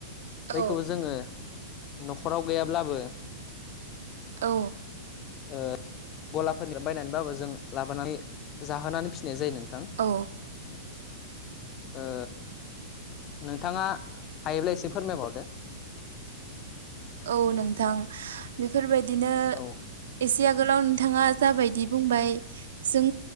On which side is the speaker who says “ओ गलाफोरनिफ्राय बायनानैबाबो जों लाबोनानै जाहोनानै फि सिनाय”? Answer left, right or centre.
Left